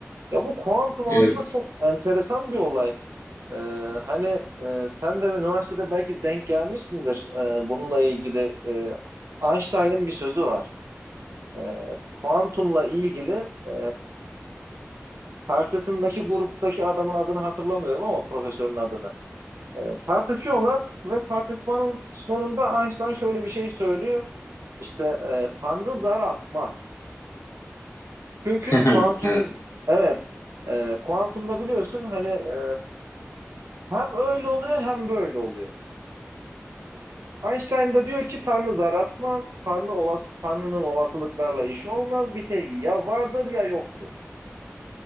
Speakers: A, on the right; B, on the left.
A: Ya bu kuantum
B: Evet.
A: aslında çok enteresan bir olay. E, hani e, sen de üniversitede belki denk gelmişsindir e, bununla ilgili. E, Einstein'ın bir sözü var. E, kuantumla ilgili e, karşısındaki gruptaki adamın adını hatırlamıyorum ama profesörün adını. E, tartışıyorlar ve tartışmanın sonunda Einstein şöyle bir şey söylüyor. İşte e, Tanrı zar atmaz. Çünkü
B: <laughs>
A: kuantum
B: Evet.
A: evet e, kuantumda biliyorsun hani e, hem öyle oluyor hem böyle oluyor. Einstein da diyor ki Tanrı zar atmaz. Tanrı olası, Tanrı'nın olasılıklarla işi olmaz. Bir şey ya vardır ya yoktur.